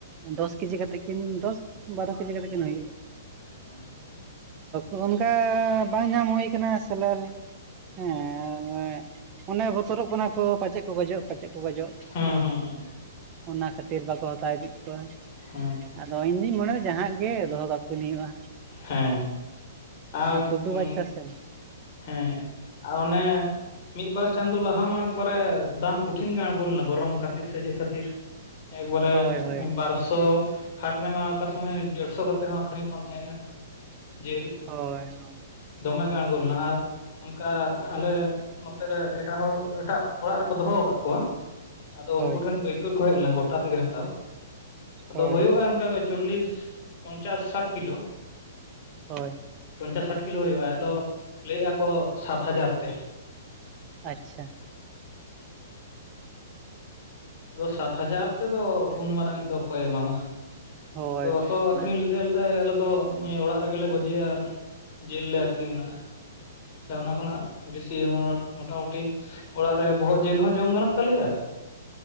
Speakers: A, on the right; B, on the left.
A: ᱫᱚᱥ ᱠᱮᱡᱤ ᱠᱟᱛᱮᱜ ᱠᱤᱱ ᱫᱚᱥ ᱵᱟᱨᱚ ᱠᱟᱛᱮ ᱠᱤᱱ ᱦᱩᱭᱩᱜᱼᱟ
B: ᱦᱮᱸ
A: <unintelligible> ᱮ ᱵᱟᱝ ᱧᱟᱢ ᱦᱩᱭ ᱟᱠᱟᱱᱟ ᱥᱮᱞᱟᱨ ᱦᱮᱸ ᱦᱮ ᱚᱱᱮ ᱵᱚᱛᱚᱨᱚᱜ ᱠᱟᱱᱟ ᱠᱚ ᱯᱟᱪᱮᱫ ᱠᱚ ᱜᱚᱡᱚᱜ ᱯᱟᱪᱮᱫ ᱠᱚ ᱜᱚᱡᱚᱜ
B: ᱦᱮᱸ ᱦᱮᱸ ᱦᱮᱸ
A: ᱚᱱᱟ ᱠᱷᱟᱹᱛᱤᱨ ᱵᱟᱠᱚ ᱦᱟᱛᱟᱣ ᱤᱫᱤᱜ ᱠᱚᱣᱟ
B: ᱦᱮᱸ
A: ᱟᱫᱚ ᱤᱧ ᱫᱩᱧ ᱢᱚᱱᱮᱫᱟ ᱡᱟᱦᱟᱸ ᱜᱮ ᱫᱚᱦᱚ ᱠᱟᱠᱤᱱ ᱦᱩᱭᱩᱜᱼᱟ
B: ᱦᱮᱸ ᱟᱨ ᱩᱸ
A: ᱠᱩᱰᱩ ᱵᱟᱪᱪᱟ ᱥᱮ
B: ᱦᱮᱸ ᱟᱨ ᱚᱱᱮ ᱢᱤᱫ ᱵᱟᱨ ᱪᱟᱸᱫᱚ ᱞᱟᱦᱟ ᱢᱟ ᱮᱠᱵᱟᱨᱮ ᱫᱟᱢ ᱠᱚᱴᱷᱤᱱ ᱜᱮ ᱟᱲᱜᱚ ᱞᱮᱱᱟ ᱜᱚᱨᱚᱢ ᱠᱷᱟᱹᱛᱤᱨ ᱥᱮ ᱪᱮᱫ ᱠᱷᱟᱹᱛᱤᱨ ᱮᱠᱵᱟᱨᱮ
A: ᱦᱳᱭ ᱦᱳᱭ
B: ᱵᱟᱨᱥᱚ ᱦᱟᱴ ᱨᱮᱢᱟ ᱚᱠᱟ ᱥᱚᱢᱚᱭ ᱰᱮᱲᱥᱚ ᱠᱟᱛᱮᱫ ᱦᱚᱸ ᱟᱹᱠᱷᱨᱤᱧᱚᱜ ᱠᱟᱱ ᱛᱟᱦᱮᱸᱜᱼᱟ ᱡᱤᱞ
A: ᱦᱳᱭ
B: ᱫᱚᱢᱮ ᱜᱮ ᱟᱲᱜᱳ ᱞᱮᱱᱟ ᱟᱨ ᱚᱱᱠᱟ ᱟᱞᱮ ᱱᱚᱛᱮ ᱨᱮ ᱮᱴᱟᱜ ᱦᱚᱲ ᱮᱴᱟᱜ ᱚᱲᱟᱜ ᱨᱮᱠᱚ ᱫᱚᱦᱚ ᱟᱠᱟᱫ ᱠᱚᱣᱟ ᱟᱫᱚ
A: ᱦᱳᱭ
B: ᱩᱱᱠᱩ ᱴᱷᱮᱱ ᱯᱟᱹᱭᱠᱟᱹᱨ ᱠᱚ ᱦᱮᱡ ᱞᱮᱱᱟ ᱜᱚᱴᱟ ᱛᱮᱜᱮ ᱦᱟᱛᱟᱣ ᱟᱫᱚ
A: ᱦᱳᱭ
B: ᱦᱩᱭᱩᱜᱼᱟ ᱚᱱᱠᱟ ᱜᱮ ᱪᱚᱞᱞᱤᱥ ᱯᱚᱧᱪᱟᱥ ᱥᱟᱴ ᱠᱤᱞᱳ
A: ᱦᱳᱭ
B: ᱯᱚᱧᱪᱟᱥ ᱥᱟᱴ ᱠᱤᱞᱳ ᱦᱩᱭᱩᱜᱼᱟ ᱟᱫᱚ ᱞᱟᱹᱭᱮᱫᱼᱟ ᱠᱚ ᱥᱟᱛ ᱦᱟᱡᱟᱨ ᱛᱮ
A: ᱟᱪᱪᱷᱟ
B: ᱟᱫᱚ ᱥᱟᱛ ᱦᱟᱡᱟᱨ ᱛᱮᱫᱚ ᱩᱱ ᱢᱟᱨᱟᱝᱤᱡ ᱫᱚ ᱚᱠᱚᱭ-ᱮ ᱮᱢᱟᱢᱟ᱾
A: ᱦᱳᱭ
B: ᱟᱫᱚ ᱵᱟᱠᱚ
A: ᱦᱳᱭ ᱚᱱᱟᱜᱮ
B: ᱟᱹᱠᱷᱨᱤᱧ ᱞᱮᱫᱮᱭᱟ ᱞᱮᱫᱮᱭᱟ ᱟᱞᱮ ᱫᱚ ᱤᱭᱟᱹ ᱚᱲᱟᱜ ᱨᱮᱜᱮ ᱞᱮ ᱜᱚᱡᱮᱭᱟ ᱟᱨ ᱡᱤᱞ ᱞᱮ ᱟᱠᱷᱨᱤᱧᱱᱟ ᱚᱱᱟ ᱠᱷᱚᱱᱟᱜ ᱵᱮᱥᱤ ᱢᱚᱴᱟᱢᱩᱴᱤ ᱚᱲᱟᱜ ᱨᱮ ᱵᱚᱦᱚᱜ ᱡᱤᱞ ᱦᱚᱸ ᱡᱚᱢ ᱜᱟᱱᱚᱜ ᱛᱟᱞᱮᱭᱟ